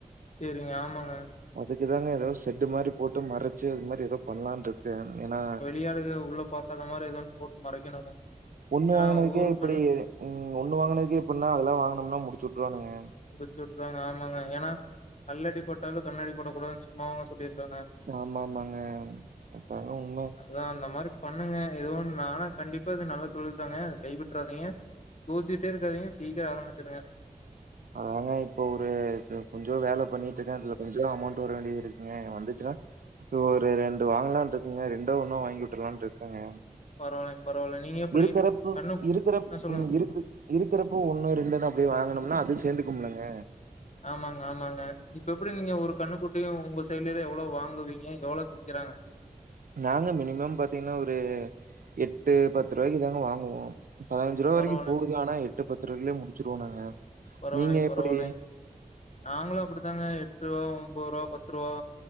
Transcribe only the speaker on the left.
செரிங்க ஆமாங்க
<unintelligible> உள்ள பாக்காத மாதிரி ஏதோன்னு போட்டு மறைக்கணுங்க
ஏன்னா
ஊரு
கண்
முடிச்சு வுட்ருவாங்க ஆமாங்க ஏன்னா கல்லடி பட்டாலு கண்ணடி போடக்கூடாதுனு சும்மாவாங்க சொல்லிருக்காங்க
அதா அந்த மாரி பண்ணுங்க எதுவு நானு கண்டிப்பா இது நல்ல தொழில் தாங்க கைவிட்றாதீங்க பூசிட்டேருக்காதீங்க சீக்கிரோ ஆரம்பிச்சுடுங்க
பரவால பரவால நீங்க எப்படி
கண்ணு
ஆ சொல்லுங்க.
ஆமாங்க ஆமாங்க இப்ப எப்பிடி நீங்க ஒரு கன்னுக்குட்டியு உங்க சைட்ல எவ்ளோவு வாங்குவீங்க எவ்ளோவுக்கு விறக்கிறாங்க
பரவால்லைங்க,
பரவால்லைங்
பரவால்லைங்
நாங்களு அப்படித்தாங்க எட்டுருவா உம்போர்வா பத்ருவா